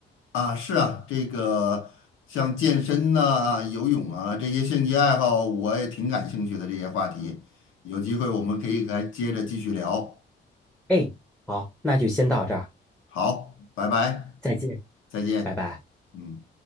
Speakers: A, on the left (about 80°); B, in the centre.
A: 啊是啊，这个像健身呐、游泳啊这些兴趣爱好，我也挺感兴趣的这些话题。有机会我们可以还接着继续聊。
B: 哎，好，那就先到这儿，
A: 好，拜拜，
B: 再见，
A: 再见。
B: 拜拜。
A: 嗯。